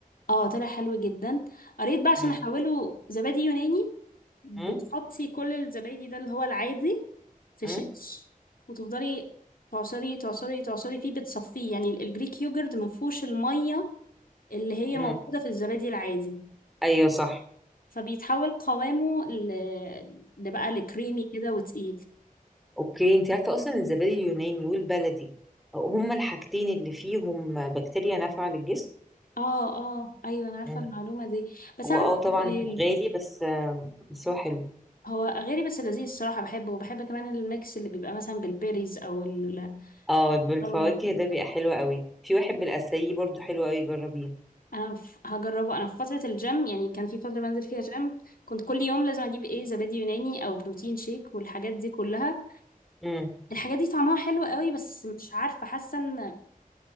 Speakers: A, on the left; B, in the centre.
A: اه طلع حلو جدا قريت بقى عشان
B: امم
A: احوله زبادي يوناني بتحطي
B: امم
A: كل الزبادي ده اللي هو العادي في
B: امم
A: شيش وتفضلي تعصري تعصري تعصري فيه بتصفيه يعني ال- الجريك يوجرت ما فيهوش الميه اللي هي
B: أمم.
A: موجوده في الزبادي العادي
B: ايوه صح
A: فبيتحول قوامه ل... ده بقى لكريمي كده وتقيل
B: اوكي انت عارفه اصلا الزبادي اليوناني والبلدي هما الحاجتين اللي فيهم بكتيريا نافعه للجسم
A: اه اه ايوه انا عارفه
B: مم.
A: المعلومه دي بس
B: هو
A: أنا عندي
B: اه طبعا
A: سؤال
B: غالي بس بس هو حلو
A: هو غالي بس لذيذ الصراحه بحبه وبحب كمان الميكس اللي بيبقى مثلا بالبيريز او الفراوله
B: اه بالفواكه
A: وكده
B: ده بيبقى حلو قوي في واحد بالاساي برضو حلو قوي جربيه
A: انا ف- هجربه انا في فتره الجيم يعني كان في فتره بنزل فيها جيم كنت كل يوم لازم اجيب ايه زبادي يوناني او بروتين شيك والحاجات دي كلها
B: مم.
A: الحاجات دي طعمها حلو قوي بس مش عارفه حاسه ان